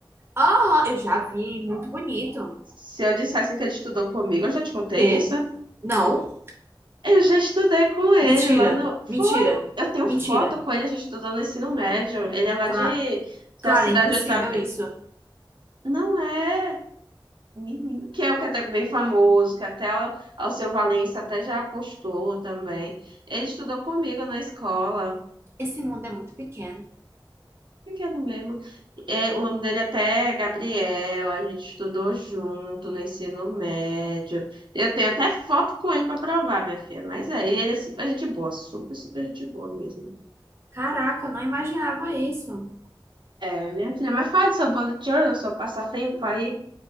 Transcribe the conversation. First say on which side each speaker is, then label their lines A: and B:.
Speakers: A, on the right; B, on the right.
A: Aham, eu já vi, muito bonito.
B: Se eu dissesse que ele estudou comigo, eu já te contei
A: Quê?
B: isso.
A: Não.
B: Eu já estudei com ele
A: Mentira.
B: lá no. Foi.
A: Mentira.
B: Eu tenho
A: Mentira.
B: foto com ele, a gente estudou no ensino médio. Ele é lá
A: Cla
B: de...
A: Clara,
B: da cidade
A: é impossível
B: de outra.
A: isso.
B: Não é. Menino. Que é o que é até bem famoso, que até o Alceu Valença até já apostou também. Ele estudou comigo na escola.
A: Esse mundo é muito pequeno.
B: Pequeno mesmo. É, o nome dele até é Gabriel, a gente estudou junto no ensino médio. Eu tenho até foto com ele para provar, minha filha. Mas é, ele é super gente boa, super, super gente boa mesmo.
A: Caraca, eu não imaginava isso.
B: É, minha filha, mas fala do seu bolo de ouro, do seu passatempo aí.